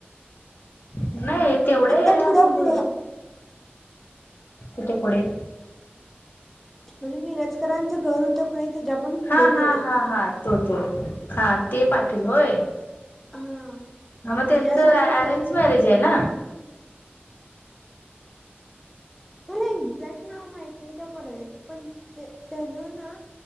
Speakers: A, on the left; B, in the centre.
A: नाही तेवढ्या
B: तिकडं
A: एरियामध्ये
B: पुढं पुढं
A: कुठे पुढे
B: फिल्म मिरजकरांच घर होतं कनी त्याच्या पण पुढं
A: हा हा
B: थोडं
A: हा हा तो तो हा ते पाटील होय
B: हा
A: मग त्यांच
B: त्याच्यासमोर
A: अरेंज
B: ती
A: मॅरेज आहे ना
B: मला एक्झॅक्ट नाव माहित नाही त्या पोरग्याचं पण त्याज ना